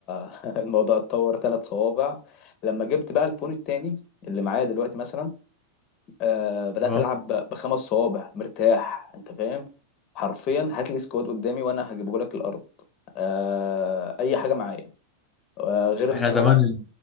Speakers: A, on the left; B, on the left.
A: <laughs> الموضوع اتطور ثلاث صوابع لما جبت بقى الفون التاني اللي معايا دلوقتي مثلا آه بدات
B: اه
A: العب ب- بخمس صوابع مرتاح انت فاهم حرفيا هات لي سكواد قدامي وانا هجيبه لك الارض آه اي حاجه معايا آه غير ان
B: ما احنا
A: انا
B: زمان